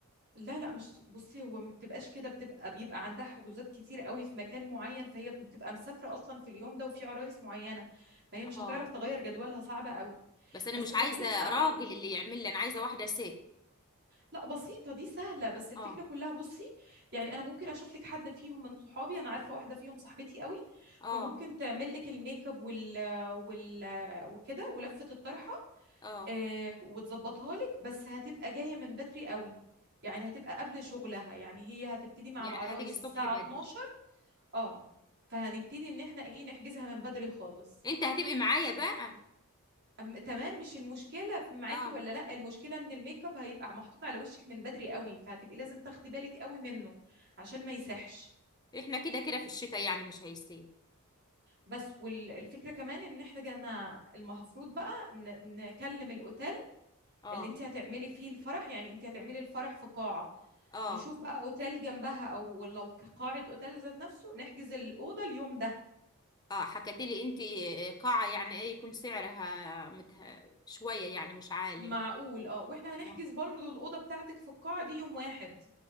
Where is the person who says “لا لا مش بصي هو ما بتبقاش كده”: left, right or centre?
Right